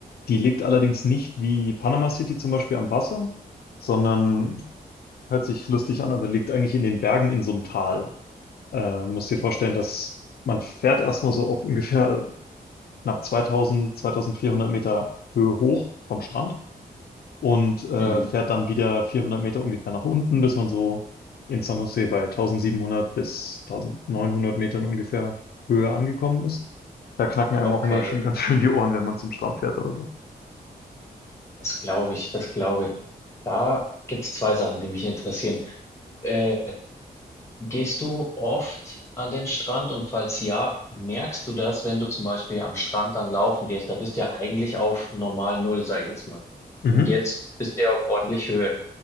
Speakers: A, on the left; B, on the left.
A: die liegt allerdings nicht wie Panama City zum Beispiel am Wasser, sondern
B: Mhm.
A: hört sich lustig an, aber liegt eigentlich in den Bergen in so einem Tal. Äh, muss dir vorstellen, dass man fährt erstmal so auf ungefähr knapp 2000, 2400 Meter Höhe hoch vom Strand. und äh,
B: Mhm.
A: fährt dann wieder 400 Meter ungefähr nach unten, bis man so in San Jose bei 1700 bis 1900 Metern ungefähr Höhe angekommen ist. Da knacken einem
B: Okay,
A: auch immer schon <laughs> ganz schön die Ohren, wenn man zum Strand fährt oder so.
B: das glaube ich, das glaube ich. Da gibt's zwei Sachen, die mich interessieren. Äh, Gehst du oft an den Strand und falls ja, merkst du das, wenn du zum Beispiel am Strand dann laufen gehst? Da bist du ja eigentlich auf normal Null, sage ich jetzt mal.
A: Mhm.
B: Und jetzt bist du ja auf ordentlich Höhe.